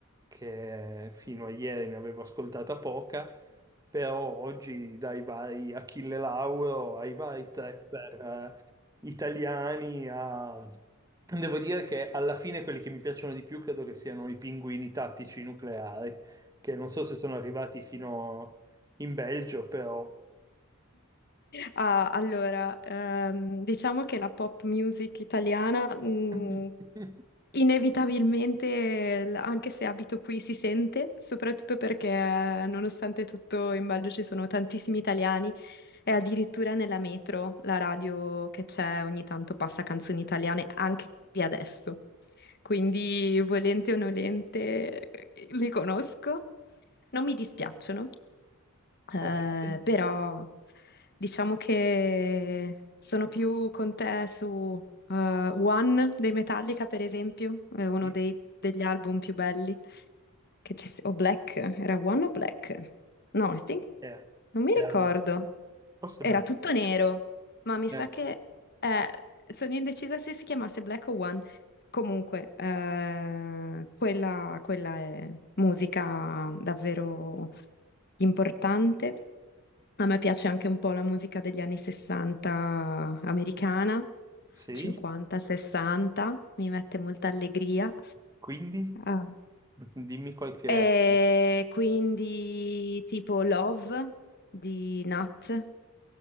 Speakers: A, on the right (about 15°); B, on the left (about 50°).
A: che fino a ieri ne avevo ascoltata poca, però oggi dai vari Achille Lauro ai vari trapper eh, italiani a... Devo dire che alla fine quelli che mi piacciono di più credo che siano i pinguini tattici nucleari, che non so se sono arrivati fino in Belgio, però...
B: Ah, allora, ehm, diciamo che la pop music italiana, mh,
A: <laughs>
B: Inevitabilmente, l- anche se abito qui, si sente, soprattutto perché nonostante tutto in Belgio ci sono tantissimi italiani e addirittura nella metro la radio che c'è ogni tanto passa canzoni italiane anche qui adesso. Quindi, volente o nolente, eh, li conosco. Non mi dispiacciono, eh,
A: Ok.
B: però diciamo che sono più con te su eh, One dei Metallica, per esempio, è uno
A: Sì.
B: dei- degli album più belli che ci si- o Black, era One o Black? No, I think,
A: Eh,
B: non mi ricordo.
A: era- Forse
B: Era
A: Belgio.
B: tutto nero, ma mi
A: Eh,
B: sa che eh, sono indecisa se si chiamasse Black o One. Comunque, eh, quella, quella è musica davvero importante. A me piace anche un po' la musica degli anni 60 americana,
A: sì,
B: 50, 60, mi mette molta allegria.
A: quindi
B: Ah,
A: dimmi qualche...
B: E quindi tipo Love di Nat, eh,